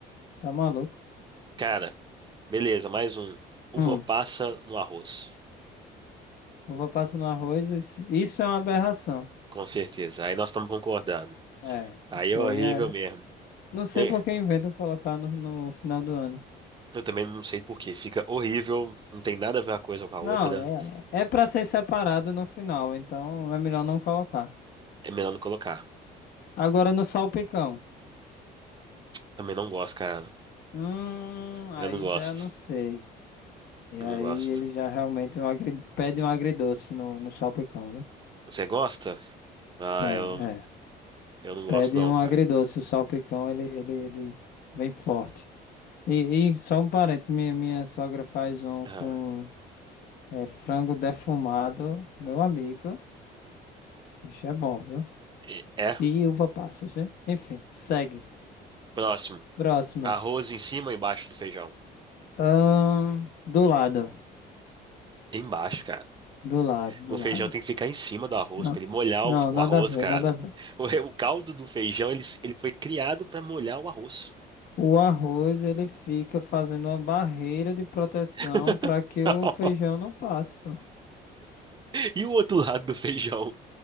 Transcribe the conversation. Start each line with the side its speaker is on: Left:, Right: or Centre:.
Left: Tá maluco?
Right: Cara, beleza, mais um. Uva
Left: Hum.
Right: passa no arroz.
Left: Uva passa no arroz, isso, isso é uma aberração.
Right: Com certeza. Aí nós estamos concordando.
Left: É,
Right: Aí
Left: isso
Right: é horrível
Left: aí é.
Right: mesmo.
Left: Não sei
Right: É,
Left: por que inventam colocar no, no final do ano.
Right: Eu também não sei por quê. Fica horrível. Não tem nada a ver uma coisa com a
Left: Não,
Right: outra.
Left: é, é pra ser separado no final, então é melhor não colocar.
Right: É melhor não colocar.
Left: Agora no salpicão.
Right: Também não gosto, cara.
Left: Hum, aí
Right: Eu não gosto.
Left: já não sei. E
Right: Não
Left: aí
Right: gosto.
Left: ele já realmente é um agri- pede um agridoce no, no salpicão, viu?
Right: Você gosta? Ah,
Left: Ah,
Right: eu,
Left: É, é.
Right: eu não gosto,
Left: Pede
Right: não,
Left: um
Right: cara.
Left: agridoce, o salpicão ele, ele, ele vem forte. E, e só um parênteses, minha, minha sogra faz um
Right: Ah,
Left: com é, frango defumado, meu amigo. Bicho é bom, viu?
Right: e- É.
Left: E uva passas, né? Enfim, segue.
Right: Próximo.
Left: Próxima.
Right: Arroz em cima ou embaixo do feijão?
Left: Ahn, do lado.
Right: Embaixo, cara.
Left: Do lado, do
Right: O feijão
Left: lado.
Right: tem que ficar em cima do arroz,
Left: Não,
Right: pra ele molhar
Left: não,
Right: o, o
Left: nada
Right: arroz,
Left: a ver,
Right: cara.
Left: nada a ver.
Right: <laughs> O, re- o caldo do feijão, ele, s- ele foi criado pra molhar o arroz.
Left: O arroz, ele fica fazendo uma barreira de proteção
Right: <laughs>
Left: para que
Right: Não.
Left: o feijão não passe, pô.
Right: E o outro lado do feijão?